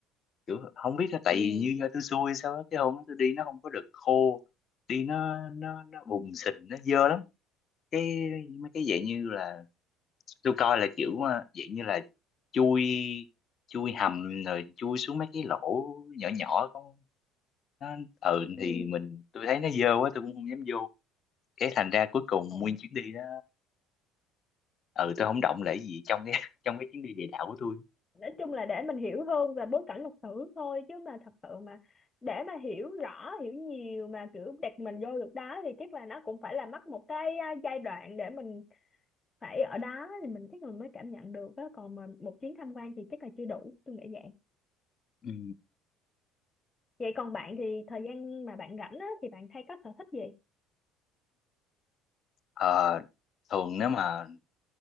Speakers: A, on the left (about 45°); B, on the left (about 25°).
A: kiểu không biết là tại
B: ừ,
A: vì như do tôi xui sao á, cái hôm đó tôi đi nó không có được khô đi nó nó nó bùn
B: ừ,
A: sình nó dơ lắm cái mấy cái dạng như là tôi coi là kiểu ờ, dạng như là chui chui hầm rồi chui xuống mấy cái lỗ nhỏ nhỏ con nó ừ
B: ừ.
A: thì mình tôi thấy nó dơ quá tôi cũng không dám vô cái thành ra cuối cùng
B: Ồ.
A: nguyên chuyến đi đó ừ tôi không động lại gì trong cái <laughs> trong cái chuyến đi địa đạo của tôi
B: nói chung là để mình hiểu hơn về bối cảnh lịch sử thôi chứ mà thật sự mà để mà hiểu rõ hiểu nhiều mà kiểu đặt mình vô được đó thì chắc là nó cũng phải là mất một cái à, giai đoạn để mình phải ở đó thì mình chắc mình mới cảm nhận được á còn mà một chuyến tham quan thì chắc là chưa đủ tôi nghĩ vậy
A: ừ
B: vậy còn bạn thì thời gian mà bạn rảnh á thì bạn hay có sở thích gì
A: Ờ, thường nếu mà